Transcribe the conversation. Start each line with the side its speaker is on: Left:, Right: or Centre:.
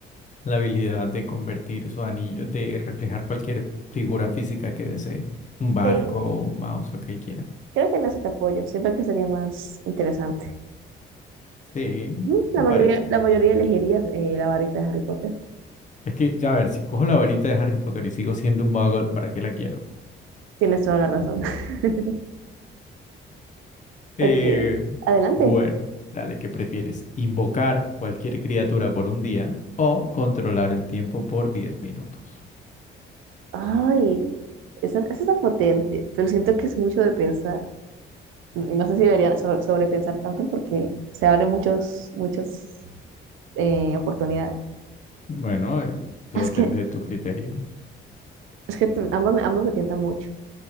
Left: la habilidad de convertir su anillo, de reflejar cualquier figura física que desee. Un barco,
Right: Sí,
Left: un mouse, lo que él quiera.
Right: creo que en eso te apoyo. Siento que sería más interesante.
Left: Sí,
Right: Ujú, La
Left: me
Right: mayoría,
Left: parece.
Right: la mayoría elegirías eh, la varita de Harry Potter.
Left: Es que, ya a ver, si cojo la varita de Harry Potter y sigo siendo un muggle, ¿para qué la quiero?
Right: Tienes toda la razón. <laughs>
Left: Eh,
Right: Ok, adelante.
Left: bueno, dale, ¿qué prefieres? ¿Invocar cualquier criatura por un día o controlar el tiempo por 10 minutos?
Right: Ay, esa, esa está potente, pero siento que es mucho de pensar. Y no sé si deberían sobre- sobrepensar tanto porque se abren muchos, muchas eh, oportunidades.
Left: Bueno, eh, eso
Right: Es
Left: depende
Right: que,
Left: de tu criterio.
Right: es que t- ambos, me- ambos me tientan mucho,